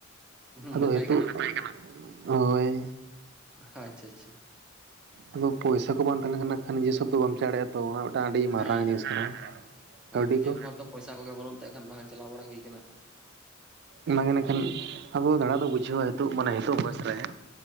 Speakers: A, in the centre; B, on the right.
A: ᱦᱩᱸ
B: ᱟᱫᱚ
A: ᱢᱮᱛᱟᱭ
B: ᱦᱮᱛᱳᱜ, ᱛᱟᱦᱮᱸ ᱠᱟᱱᱟᱢ? ᱦᱳᱭ,
A: ᱦᱟᱪᱪᱷᱟ ᱟᱪᱪᱷᱟ ᱾
B: ᱟᱫᱚ ᱯᱚᱭᱥᱟ ᱠᱚ ᱵᱟᱝ ᱛᱟᱦᱮᱸ ᱞᱮᱱᱠᱷᱟᱱ ᱱᱟᱠᱷᱟᱱ ᱱᱤᱡᱮ ᱥᱚᱵ ᱫᱚ ᱵᱟᱢ ᱪᱟ ᱫᱟᱲᱮᱜ ᱛᱚ ᱚᱱᱟ ᱢᱤᱫᱴᱟᱝ ᱟᱹᱰᱤ ᱢᱟᱨᱟᱝ
A: ᱦᱮᱸ
B: ᱡᱤᱱᱤᱥ
A: ᱦᱮᱸ
B: ᱠᱟᱱᱟ᱾
A: ᱦᱳᱭ
B: ᱠᱟᱹᱣᱰᱤ
A: ᱱᱤᱡᱮ
B: ᱠᱚ᱾
A: ᱠᱚᱦᱚᱸ ᱛᱚ ᱯᱚᱭᱥᱟ ᱠᱚᱜᱮ ᱵᱟᱹᱱᱩᱜ ᱛᱮ ᱟᱠᱷᱟᱱ ᱵᱟᱝ ᱪᱟᱞᱟᱣ ᱵᱟᱲᱟ ᱦᱩᱭ ᱠᱟᱱᱟ ᱾
B: ᱚᱱᱟ ᱜᱮ ᱱᱟᱠᱷᱟᱱ ᱟᱵᱚ ᱫᱟᱬᱟ ᱫᱚ ᱵᱩᱡᱷᱟᱹᱣᱟ ᱦᱤᱛᱚᱜ ᱢᱟᱱᱮ ᱦᱤᱸᱛᱚᱜ ᱵᱚᱭᱮᱥ ᱨᱮ ᱦᱮᱸ᱾